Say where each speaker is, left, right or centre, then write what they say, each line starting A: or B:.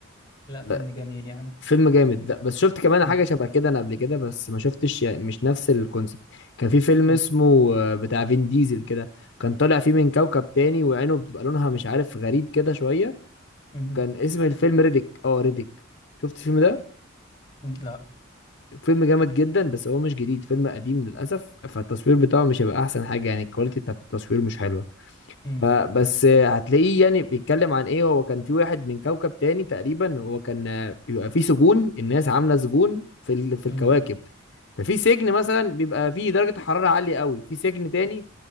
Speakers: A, on the left; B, on the left.
A: لا فيلم
B: لا
A: جميل يعني
B: فيلم جامد لا بس شفت كمان
A: م-
B: حاجه شبه كده انا قبل كده بس ما شفتش يعني مش نفس الكونسبت كان في فيلم
A: م.
B: اسمه آه، بتاع فين ديزل كده كان طالع فيه من كوكب تاني وعينه بتبقى لونها مش عارف غريب كده شويه
A: مم.
B: وكان اسم الفيلم ريديك اه ريديك شفت الفيلم ده
A: لا
B: فيلم جامد جدا بس هو مش جديد فيلم قديم للأسف فالتصوير بتاعه مش هيبقى أحسن حاجة يعني الكواليتي بتاعت التصوير مش حلوة
A: مم.
B: فبس هتلاقيه يعني بيتكلم عن إيه هو كان في واحد من كوكب تاني تقريبا هو كان آه، بيبقى فيه سجون الناس عاملة سجون في ال... في الكواكب
A: مم.
B: ففي سجن مثلا بيبقى فيه درجة حرارة عالية قوي في سجن تاني